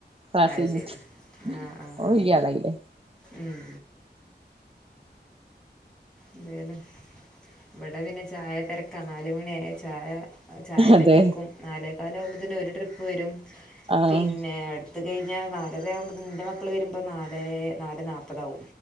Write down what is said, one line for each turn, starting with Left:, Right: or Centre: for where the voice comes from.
Right: ക്ലാസ്സ്‌
Centre: അത്
Right: കഴിഞ്ഞിട്ട്
Centre: ശരി ആഹ് ആഹ്
Right: ഓൻ
Centre: ആഹ്
Right: വെല്യ ആളായിലെ
Centre: ഉം എന്തേലും ഇവിടെ പിന്നെ ചായ തെരക്കാ നാലുമണിയായ ചായ. ചായ ഇണ്ടാക്കി
Right: അതെ
Centre: വെക്കും നാലേക്കാല് ആകുമ്പോത്തിന്ന് ഒരു ട്രിപ്പ് വരും
Right: ആഹ്
Centre: പിന്നെ അടുത്ത്. അത്‌ കഴിഞ്ഞാൽ നാലര ആകുമ്പോൾ ഇന്റെറെ മക്കൾ വരുമ്പോൾ നാലര നാല് നാല്പ്പതാകും